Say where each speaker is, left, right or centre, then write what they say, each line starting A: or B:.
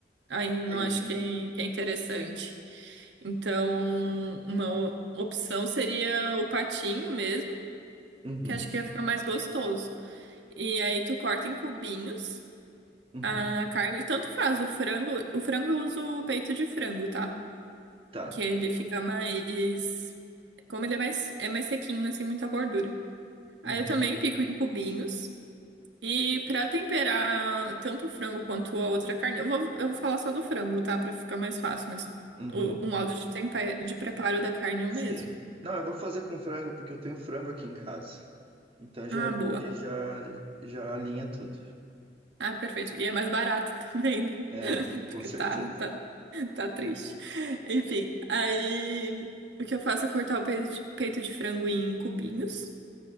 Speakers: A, on the right; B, on the right.
A: aí não
B: Entendi.
A: acho que é, que é interessante. Então, uma opção seria o patinho mesmo,
B: Uhum.
A: que acho que ia ficar mais gostoso. E aí tu corta em cubinhos
B: Uhum.
A: a carne, tanto faz, o frango, o frango eu uso o peito de frango, tá?
B: Tá.
A: Que ele fica mais, como ele é mais, é mais sequinho, não tem muita gordura. Aí
B: Uhum.
A: eu também pico em cubinhos. E pra temperar tanto o frango quanto a outra carne, eu vou, eu vou falar só do frango, tá? Pra ficar mais fácil, mas
B: Uhum.
A: o, o modo de, tempe- de preparo da carne é o
B: Sim.
A: mesmo.
B: Não, eu vou fazer com frango porque eu tenho frango aqui em casa. Então já
A: Ah,
B: é bom
A: boa.
B: que já, já alinha tudo.
A: Ah, perfeito. E é mais barato <laughs> também, né?
B: É,
A: <laughs>
B: com
A: Porque
B: certeza.
A: tá, tá, tá triste. Enfim, aí o que eu faço é cortar o peito de, peito de frango em cubinhos.